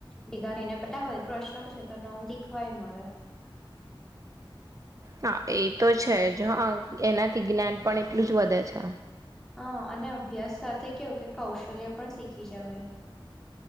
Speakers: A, in the centre; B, on the right.
A: બધાને ને, બેટા હોય પ્રશ્ન પૂછે, તો નવું શીખવાય મળે.
B: હા, એ તો છે જ. હ, એનાથી જ્ઞાન પણ એટલું જ વધે છે.
A: હા, અને અભ્યાસ સાથે કેવું કે, કૌશલ્ય પણ શીખી જવાય.